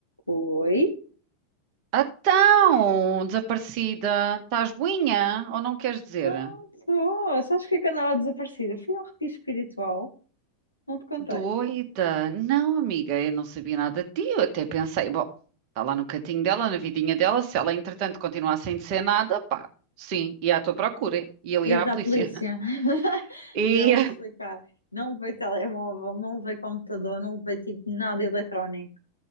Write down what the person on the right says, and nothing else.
Então, desaparecida, estás boinha ou não queres dizer?
Doida? Não, amiga, eu não sabia nada de ti. Eu até pensei, bom, está lá no cantinho dela, na vidinha dela. Se ela, entretanto, continuar sem dizer nada, pá, sim, ia à tua procura, ia ligar
à
polícia.
<laughs>
E.